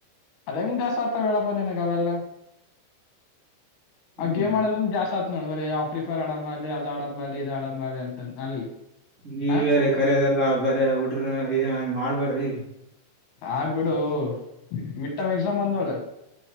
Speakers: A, on the left; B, on the right.
A: ಅದಂಗ್ ದಾಸ್ ಆಗ್ತ ಹೇಳೇಪ್ಪ ನಿನಗ ಅವೆಲ್ಲ
B: ಹ್ಮ್
A: ಆ ಗೇಮ್ ಮಾಡೋದ ದಾಸ್ ಆತ ನೋಡಬರ ಆಫ್ರಿಫರ್ ಆಡಂಬ ಅಲಿ ಅದು ಆಡಂಬ ಅಲಿ ಇದದು ಆಡಂಬಲಿ ಅಂತನ್ ಅಲ್ಲಿ
B: ನೀವ
A: ಹ
B: ಯಾರೀ ಕರಿ ಅದೆಲ್ಲ ಬರ ಉಡ್ರ ಏನ್ ಹಂಗ ಮಾಡ್ಬೇಡ್ರಿ
A: ಆಗ್ಬಿಡು ಮಿಟ್ಟಮ್ ಎಕ್ಸಾಮ್ ಬಂದ್ವಲ್ಲ